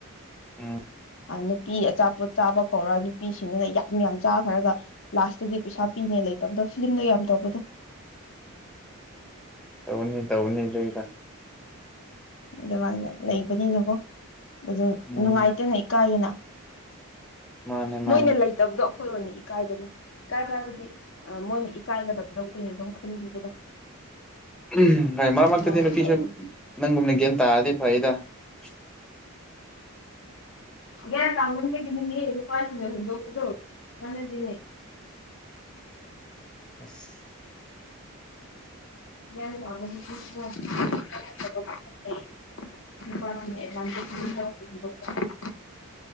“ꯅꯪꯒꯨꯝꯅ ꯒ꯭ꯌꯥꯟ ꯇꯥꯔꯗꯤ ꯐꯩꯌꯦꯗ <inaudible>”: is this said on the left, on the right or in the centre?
Centre